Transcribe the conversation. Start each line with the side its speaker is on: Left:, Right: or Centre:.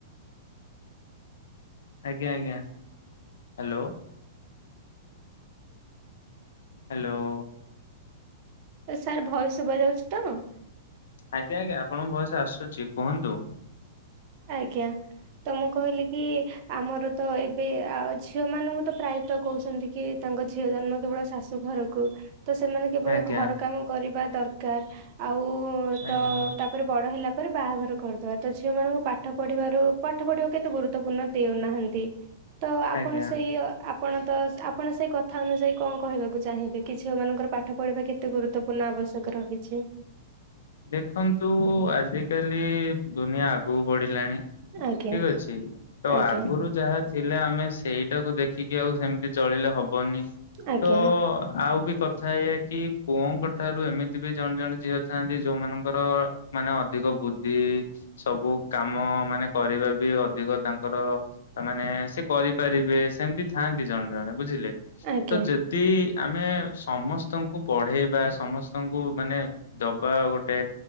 Left: ଆଜ୍ଞା ଆଜ୍ଞା ହ୍ୟାଲୋ। ହ୍ୟାଲୋ।
Right: ସାର୍ ଭୟସ ଶୁଭା ଯାଉଛି ତ।
Left: ଆଜ୍ଞା ଆଜ୍ଞା ଆପଣଙ୍କ ଭଏସ ଆସୁଛି କୁହନ୍ତୁ।
Right: ଆଜ୍ଞା। ତ ମୁଁ କହିଲି କି ଆମର ତ ଏବେ ଆ ଝିଅ ମାନଙ୍କୁ ତ ପ୍ରାୟତ କହୁଛନ୍ତି କି ତାଙ୍କ ଝିଅ ଜନ୍ମ କେବଳ ଶାଶୁ ଘରକୁ। ତ ସେମାନେ କେବଳ
Left: ଆଜ୍ଞା
Right: ଘର କାମ କରିବା ଦରକାର ଆଉ
Left: ଆଜ୍ଞା
Right: ତ ତାପରେ ବଡ ହେଲା ରେ ବାହାଘର କରଦବା ତ ଝିଅ ମାନଙ୍କୁ ପାଠ ପଢିବାରୁ ପାଠ ପଢିବା କେତେ ଗୁରୁତ୍ୱପୂର୍ଣ ଦେଉନାହାନ୍ତି ତ ଆପଣ
Left: ଆଜ୍ଞା
Right: ସେଇ ଆ ଆପଣ ତ ଆପଣ ସେଇ କଥା ଅନୁଯାୟୀ କଣ କହିବାକୁ ଚାହିଁବେ କି ଝିଅ ମାନଙ୍କର ପାଠ ପଢିବା କେତେ ଗୁରୁତ୍ୱପୂର୍ଣ୍ଣ ଆ ଆବଶ୍ୟକ ରହିଛି।
Left: ଦେଖନ୍ତୁ ଆଜିକାଲି ଦୁନିଆ ଆଗୁ ବଢିଲାଣି ଠିକ୍
Right: ଆଜ୍ଞା
Left: ଅଛି ତ
Right: ଆଜ୍ଞା
Left: ଆଗରୁ ଯାହା ଥିଲା ଆମେ ସେଇଟାକୁ ଦେଖିକି ଆଉ ସେମିତି ଚଳିଲେ ହବନି
Right: ଆଜ୍ଞା
Left: ତ ଆଉ ବି କଥା ହେଇ ହେଇକି ପୁଅଙ୍କ ଠାରୁ ଏମିତି ବି ଜଣେ ଜଣେ ଝିଅ ଥାନ୍ତି। ଯୋଉମାନଙ୍କର ମାନେ ଅଧିକ ବୁଦ୍ଧି ସବୁ କାମ ମାନେ କରିବା ବି ଅଧି ଦେଖ ତାଙ୍କର ତା ମାନେ ସେ କରିପାରିବେ। ସେମତି ଥାନ୍ତି ଜଣେ ଜଣେ ବୁଝିଲେ।
Right: ଆଜ୍ଞା
Left: ତ ଯଦି ଆମେ ସମସ୍ତଙ୍କୁ ପଢେଇ ବା ସମସ୍ତଙ୍କୁ ମାନେ ଦବା ଗୋ ଗୋଟ